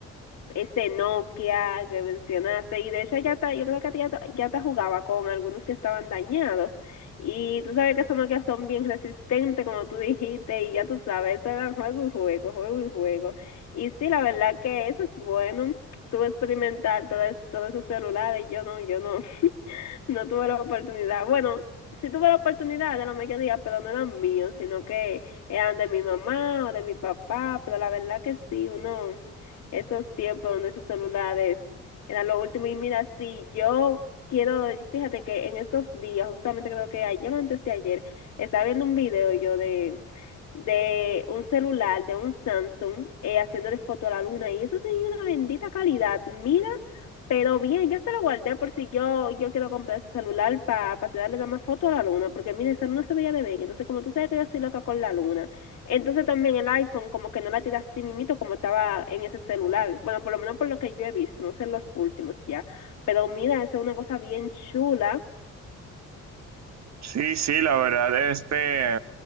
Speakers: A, on the left (about 60°); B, on the right (about 60°).
A: este Nokia que mencionaste y de hecho ya ta- yo creo que ya, ta- ya te jugaba con algunos que estaban dañados y tú sabes que esos Nokia son bien resistentes como tú dijiste y ya tú sabes eso era juego y juego juego y juego y sí la verdad que eso es bueno tuve experimentar todos todos esos celulares yo no yo no <laughs> no tuve la oportunidad bueno sí tuve la oportunidad de la mayoría pero no eran míos sino que eran de mi mamá o de mi papá pero la verdad que sí uno esos tiempos donde esos celulares eran lo último. Y mira, sí, yo quiero, fíjate que en estos días, justamente creo que ayer, no antes de ayer, estaba viendo un video yo de de un celular, de un Samsung, eh, haciéndole foto a la luna y eso tenía una bendita calidad, mira, pero bien, ya se lo guardé por si yo yo quiero comprar ese celular para pa tirarle más foto a la luna, porque mira, esa luna se veía de bella, entonces como tú sabes que yo soy loca con la luna, entonces también el iPhone como que no la tira así mimito como estaba en ese celular. Bueno, por lo menos por lo que yo he visto, no sé los últimos ya. Pero mira, esa es una cosa bien chula
B: Sí, sí, la verdad, este,